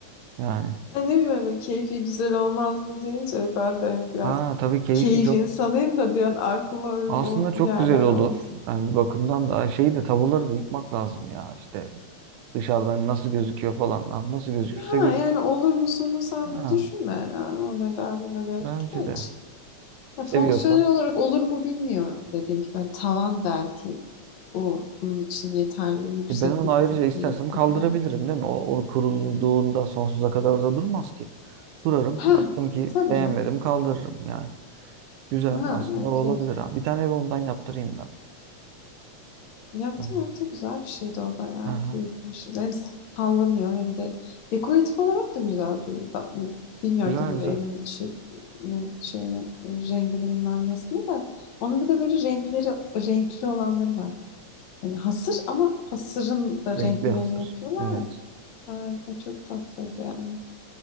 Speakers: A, on the right; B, on the left.
A: Yani.
B: Ben ne bileyim hani keyfi güzel olmaz mı deyince ben de hani biraz
A: Ha tabii keyifli
B: keyif
A: çok.
B: insanıyım da bir an aklıma o
A: Aslında
B: o
A: çok
B: geldi.
A: güzel
B: Hani
A: olur.
B: o-
A: Yani bir bakımdan da şeyi de tabuları da yıkmak lazım ya. İşte dışarıdan nasıl gözüküyor falan. Lan Nasıl gözükürse
B: ha
A: gözük.
B: yani olur musunuz sen
A: Ha,
B: düşünme. Yani o ne der bu ne der
A: bence
B: geç.
A: de.
B: Ya
A: Seviyorsan.
B: fonksiyonel olarak olur mu bilmiyorum dediğim gibi. Hani tavan belki o onun için yeterli yükseklik
A: E ben onu ayrıca istersem
B: değilse
A: kaldırabilirim
B: falan.
A: değil mi? O, o kurulduğunda sonsuza kadar orada durmaz ki. Kurarım.
B: Ha
A: Baktım ki
B: tabii
A: beğenmedim
B: canım.
A: kaldırırım yani. Güzel
B: Ha
A: aslında
B: yani
A: o olabilir
B: keyif.
A: ha. Bir tane ev ondan yaptırayım ben.
B: Yaptı
A: Evet.
B: yaptı güzel bir şeydi o bayağı
A: Aha.
B: keyifli bir şeydi. Hem sallanıyor hem de dekoratif olarak da güzel duruyor. Ben- Bilmiyorum
A: Güzel
B: tabii
A: güzel.
B: evin içinin şeyini, rengini bilmem nesini de. Onun bir de böyle renkleri, renkli olanları var. Yani hasır ama hasırın da
A: Renkli
B: renklerini
A: hazır.
B: yapıyorlar
A: Evet.
B: ya. Ay, o çok tatlıydı yani.